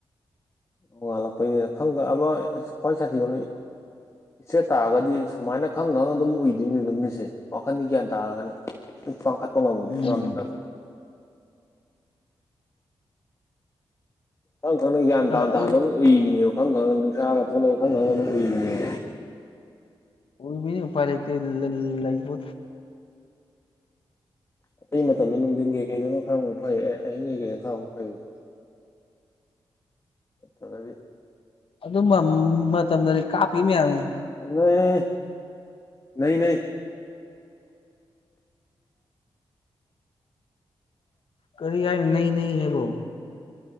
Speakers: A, on the left (about 30°); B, on the left (about 65°).
A: ꯅꯣꯡꯉꯥꯜꯂꯛꯄꯩꯅꯤ ꯈꯪꯕ ꯑꯃ ꯈ꯭ꯋꯥꯏ ꯁꯥꯊꯤꯕ ꯏꯆꯦꯠ ꯇꯥꯔꯒꯗꯤ ꯁꯨꯃꯥꯏꯅ ꯈꯪꯅ ꯈꯪꯅ ꯑꯗꯨꯝ ꯑꯨꯏꯗꯣꯏꯅꯦ ꯑꯗꯨ ꯃꯤꯠꯁꯦ ꯋꯥꯈꯟꯗꯤ ꯒ꯭ꯌꯥꯟ ꯇꯥꯔꯒꯅꯤ ꯄꯥꯡꯈꯠꯄ ꯉꯝ
B: ꯎꯝ
A: ꯉꯝꯗꯝꯅꯦ ꯈꯪ ꯈꯪꯅ ꯒ꯭ꯌꯥꯟ ꯇꯥ
B: ꯑꯩ
A: ꯇꯥꯅꯝ ꯎꯏꯕꯤꯅꯦꯕ ꯈꯪ ꯈꯪꯉꯒ ꯅꯨꯡꯁꯥꯒ ꯊꯣꯛꯂꯛꯑꯦ ꯈꯪ ꯈꯪꯉꯒ ꯑꯗꯨꯝ ꯎꯏꯕꯤꯅꯦꯕ
B: ꯎꯣꯏꯕꯤꯅꯤ ꯎ ꯄꯥꯏ ꯂꯩ ꯂꯕꯣ
A: ꯑꯇꯩ ꯃꯇꯝꯗ ꯅꯨꯡꯊꯤꯟꯒꯤꯀꯩ ꯀꯩꯗꯅ ꯈꯥꯔ ꯑꯃꯨꯛ ꯐꯩꯌꯦ ꯑꯩꯍꯤꯡ ꯀꯩꯀꯩꯅ ꯈꯥꯔ ꯑꯃꯨꯛ ꯐꯩꯌꯦꯕ ꯇꯂꯗꯤ
B: ꯑꯗꯨ ꯃꯇꯝꯗꯅꯦ ꯀꯥꯞꯄꯤ ꯃꯌꯥꯝꯅꯤ
A: ꯅꯩ ꯅꯩ
B: ꯀꯔꯤ ꯌꯥꯏ ꯅ ꯅ ꯍꯥꯏꯦꯕꯣ